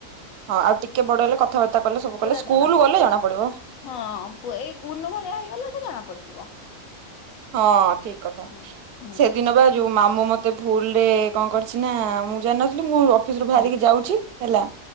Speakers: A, on the right; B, on the left.
A: ହଁ ଆଉ ଟିକେ ବଡ ହେଲେ କଥାବାର୍ତ୍ତା କଲେ ସବୁ
B: ପୁରା
A: କଲେ ସ୍କୁଲ
B: ଜଣା
A: ଗଲେ ଜଣା ପଡିବ।
B: ହଁ ପୁଅ ଏଇ ଗୁନୁ ଭଳିଆ ହେଇଗଲାଠୁ ଜଣା ପଡିଯିବ।
A: ହଁ ଠିକ କଥା
B: ହୁଁ ହୁଁ
A: ସେଦିନ ବା ଯୋଉ ମାମୁଁ ମତେ ଭୁଲ ରେ କଣ କରିଛି ନା ମୁଁ ଜାଣିନଥିଲି ମୁଁ ଅଫିସରୁ ବାହାରିକି
B: ହଁ
A: ଯାଉଛି ହେଲା